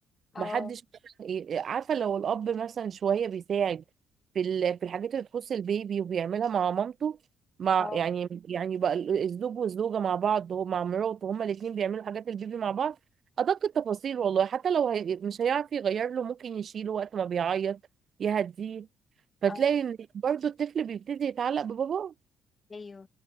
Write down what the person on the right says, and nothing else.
محدش مثلا إيه- إيه، عارفه لو الاب مثلا شويه بيساعد في ال- في الحاجات اللي تخص البيبي وبيعملها مع مامته مع
يعني يعني بقى ال- الزوج والزوجه مع بعض هو مع مراته هما الاثنين بيعملوا حاجات البيبي مع بعض ادق التفاصيل والله حتى لو هي مش هيعرف يغير له ممكن يشيله وقت ما بيعيط يهديه فتلاقي
ان برضو الطفل بيبتدي يتعلق بباباه